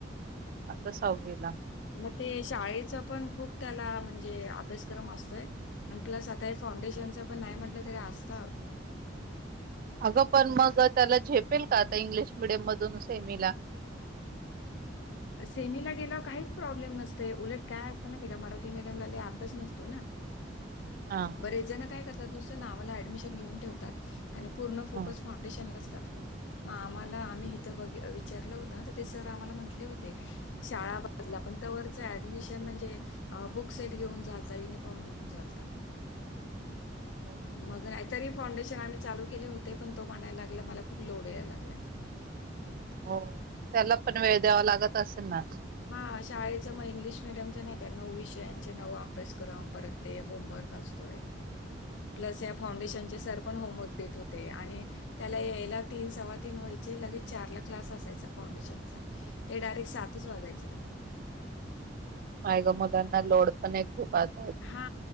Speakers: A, on the right (about 50°); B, on the left (about 70°).
A: आता सहावीला.
B: मग ते शाळेच पण खूप त्याला म्हणजे अभ्यासक्रम असतोय. आणि प्लस आता हे फाउंडेशनचं पण नाही म्हटलं तरी असतां अ
A: अगं पण मग त्याला झेपेल का आता इंग्लिश मिडियम मधून सेमीला.
B: सेमीला गेला व काहीच प्रॉब्लेम नसतय उलट काय असतं माहितय का मराठी मीडियमला लय अभ्यास नसतो ना
A: हा हा.
B: बरेच जण काय करतात नुसतं नावाला ऍडमिशन घेऊन ठेवतात आणि पूर्ण फोकस
A: ह
B: फाउंडेशनलाच करतात. मग आम्हाला आम्ही इथं बघ विचारलं होत तर ते सर आम्हाला म्हटले होते. शाळा बदला पण तोवरच ऍडमिशन म्हणजे बुक सेट घेऊन जालता युनिफॉर्म घेऊन चालता.
A: हो.
B: मग नाहीतरी फाउंडेशन आम्ही चालू केले होते पण तो म्हणायला लागला मला खूप लोड यायला लागलाय.
A: हो त्याला पण वेळ द्यावा लागत असेल ना.
B: हा शाळेचं मग इंग्लिश मिडियमच नाही का नऊ विषयांचे नव अभ्यासक्रम परत ते होमवर्क असतोय. प्लस या फाउंडेशनचे सर पण होमवर्क देत होते आणि त्याला यायला तीन सव्वा तीन व्हायचे लगेच चारला क्लास असायचा फाउंडेशनचा‌. ते डायरेक्ट सातच वाजायचे त्याला यायला.
A: मायग मुलांना लोड पण एक खूप अस
B: हा